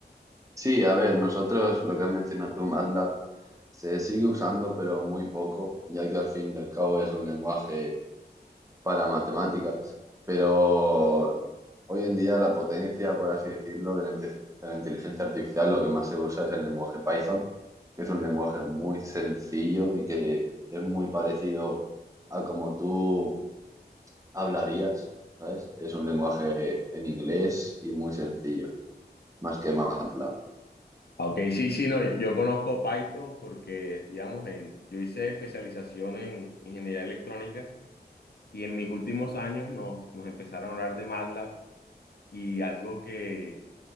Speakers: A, on the right; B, on the left.
A: Sí, a ver, nosotros lo que has mencionado tú, MATLAB, se sigue usando, pero muy poco, ya que al fin y al cabo es un lenguaje para matemáticas, pero hoy en día la potencia, por así decirlo, de la, inte- de la inteligencia artificial, lo que más se usa es el lenguaje Python, que es un lenguaje muy sencillo y que es muy parecido a como tú hablarías, ¿sabes? Es un lenguaje en inglés y muy sencillo, más que MATLAB.
B: Ah, Ok, sí, sí, no, yo conozco Python porque, digamos, en, yo hice especialización en ingeniería electrónica y en mis últimos años nos, nos empezaron a hablar de MATLAB y algo que